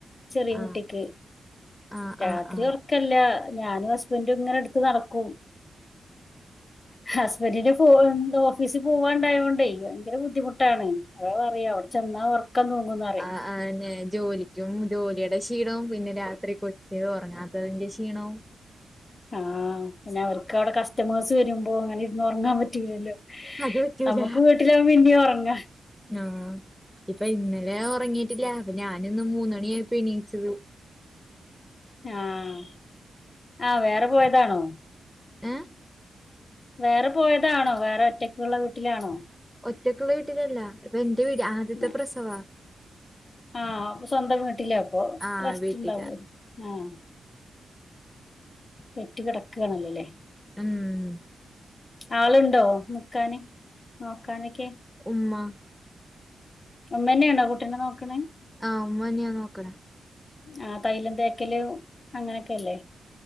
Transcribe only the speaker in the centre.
ആഹ്
ആഹ്
ആഹ്
ആഹെന്നെ ജോലി ജും ജോലിയുടെ ക്ഷീണവും പിന്നെ രാത്രി കൊച്ച് ഒറ്ങ്ങാത്തതിന്റെ ക്ഷീണോം
അത് പറ്റൂല.
ആഹ് ഇപ്പ ഇന്നലെ ഒർങ്ങീട്ടില്ല അപ്പ ഞാനിന്ന് മൂന്നണിയായപ്പോ എണീച്ചത്.
ഏഹേ
ഒറ്റക്കുള്ളവീട്ടിലല്ല. ഇപ്പെന്റെ വീടി ആദ്യത്തെ
പ്രസവ.
ആഹ്
വീട്ടിലാ
ഉഹും
ഉമ്മാ
ആഹ് ഉമ്മന്നെ നോക്ക്‌ണെ.